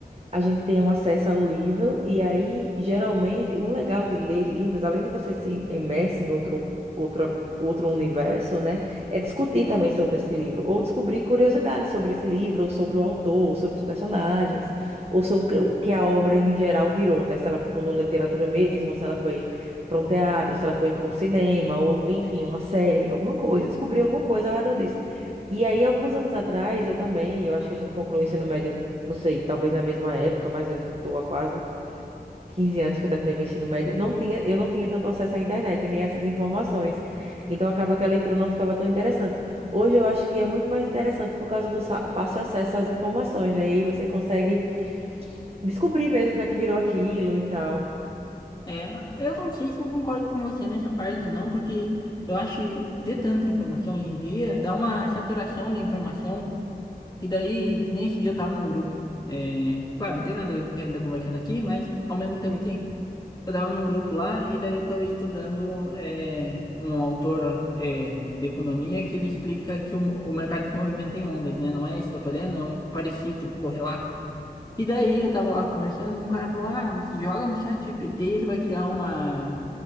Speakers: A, on the right (about 40°); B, on the left (about 25°).
A: a gente tem um acesso ao livro, e aí, geralmente, o legal de ler livros, além de você se imerse em outro, outra, outro universo, né, é discutir também sobre esse livro, ou descobrir curiosidades sobre esse livro, ou sobre o autor, ou sobre os personagens, ou sobre o que a obra em geral virou, né, se ela ficou na literatura mesmo, ou se ela foi para um teatro, se ela foi para um cinema, ou, enfim, uma série, alguma coisa, descobrir alguma coisa ao redor disso. E aí, alguns anos atrás, eu também, eu acho que a gente concluiu o ensino médio não sei, talvez na mesma época, mas eu tô há quase quinze anos que eu terminei meu ensino médio, não tinha, eu não tinha tanto acesso à internet, nem essas informações. Então acaba que a leitura não ficava tão interessante. Hoje eu acho que é muito mais interessante por causa do sa- fácil acesso às informações, né? E aí você consegue descobrir mesmo o que é que virou aquilo e tal.
B: é, mas eu não sei se eu concordo com você nessa parte, não, porque eu acho que ter tanta informação hoje em dia dá uma saturação da informação, e daí, que nem esse dia eu tava num grupo. É, claro, não tem nada a ver com o que a gente tá conversando aqui, mas ao mesmo tempo
A: Sim.
B: tem. Eu tava num grupo lá e daí eu tava estudando é, um autor é, de economia que ele explica que o, o mercado se movimenta em ondas, né? Não é isso que eu tô lendo, é um parecido, correlato. E daí eu tava lá conversando e um cara falou, ah, joga no chat GPT, ele vai criar uma,